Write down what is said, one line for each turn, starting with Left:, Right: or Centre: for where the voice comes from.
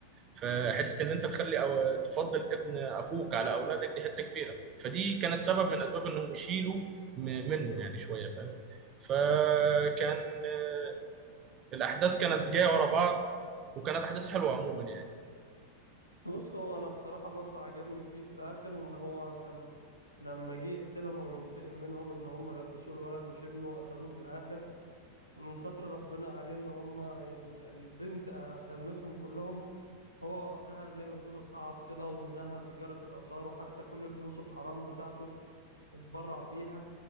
Right: فحته ان انت تخلي أو تفضل ابن اخوك على اولادك دي حته كبيره فدي كانت سبب من اسباب انهم يشيلوا م- منه يعني شويه فاهم فكان آه، الاحداث كانت جايه ورا بعض وكانت احداث حلوه عموما يعني
Left: بص هو انا بصراحه برضه عجبني فيه في الاخر ان هو كان لما جه يقتلهم وينتقم منهم ان هم لبسوه الولد مش ابنه قتلوه في الاخر من ستر ربنا عليه ان هم ال- البنت آه، سمتهم كلهم هو وقتها زي ما تقول اتعظ كده ونهى تجارة الآثار وحتى كل الفلوس الحرام بتاعته اتبرع بيها